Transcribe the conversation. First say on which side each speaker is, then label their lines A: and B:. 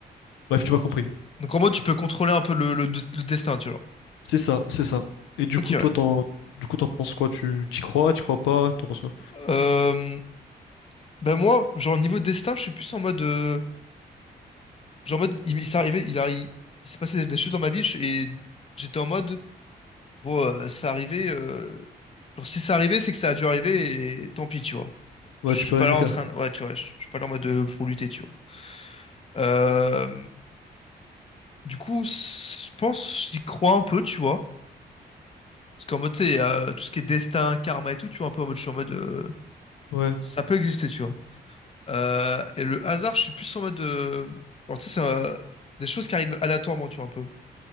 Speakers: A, on the left (about 85°); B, on the left (about 30°).
A: Bref, tu m'as compris.
B: Donc en mode, tu peux contrôler un peu le, le, le destin, tu vois. genre.
A: C'est ça, c'est ça. Et du
B: Ok,
A: coup,
B: ouais.
A: toi, t'en, du coup, t'en penses quoi? Tu t'y crois, t'y crois pas, t'en penses quoi?
B: Euh, Bah moi, genre niveau destin, je suis plus en mode, euh, genre en mode, il, il s'est arrivé, il, a- il, il s'est passé des, des choses dans ma vie je- et j'étais en mode, bon, euh, ça arrivait, euh, genre si ça arrivait, c'est que ça a dû arriver et tant pis, tu vois.
A: Ouais,
B: Je
A: tu
B: suis
A: peux
B: pas
A: rien y
B: là
A: faire,
B: en train,
A: quoi.
B: de- ouais, tu vois, je je suis pas là en mode euh, pour lutter, tu vois. Euh, du coup, c- je pense, j'y crois un peu, tu vois, parce qu'en mode, tu sais, euh, tout ce qui est destin, karma et tout, tu vois, un peu en mode, je suis en mode, euh,
A: Ouais.
B: ça peut exister, tu vois. Euh, et le hasard, je suis plus en mode. euh, Alors, tu sais, c'est euh, des choses qui arrivent aléatoirement, tu vois, un peu.